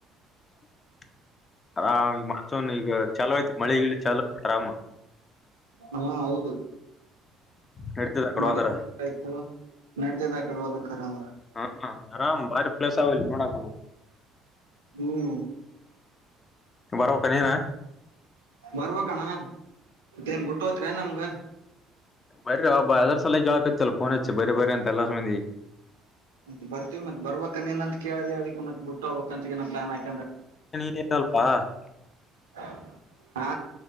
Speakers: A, on the left; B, on the right.
A: <inaudible> ಆ <unintelligible> ಈಗ ಚಲೋ ಆಯ್ತಿ ಮಳಿ ಗಿಳಿ ಚಾಲೋ ಆರಾಮ್
B: ಹಾ ಹೌದು.
A: ನಡ್ತಿದ ಆ ಕಡೆ
B: ಮಳೆ
A: ಹೋದ್ರ
B: ಆಯ್ತು ತೊ ನಡಿತದ ಆ ಕಡೆ ಹೋದ್ರ ಕರೆವಂದ್ರ
A: ಹಾ ಹಾ ಆರಾಮ್ ಬಾರಿ ಪ್ಲೇಸ್ ಆವಿಲ್ಲಿ ನೋಡಾಕ
B: ಹ್ಮೂ.
A: ಬರ್ಬೆಕ್ ನೀನ
B: ಬರಬೇಕಣ್ಣ ಮತ್ತೇನ್ ಬಿಟ್ಟ ಹೋತ್ರ ನಮ್ಗ
A: ಬರಿ ಒಬ್ಬ ಅದ್ರ ಸಲ ಕೇಳಕತ್ತಲ್ಲ ಫೋನ್ ಹಚ್ಚಿ ಬರರಿ ಬ್ರಿ ಅಂತಲ್ಲ ಸಂದಿ <unintelligible>
B: ಅಂತ ಬರ್ತೀವಿ ಮತ್ ಬರ್ಬೇಕ ನ ಅಂತ ಕೇಳಿದ ಅದ ಮತ್ ಬಿಟ್ಟ ಹೋಗಬೇಕಂತ ಏ ಪ್ಲಾನ್ಕ
A: <unintelligible>
B: <inaudible> ಹಾ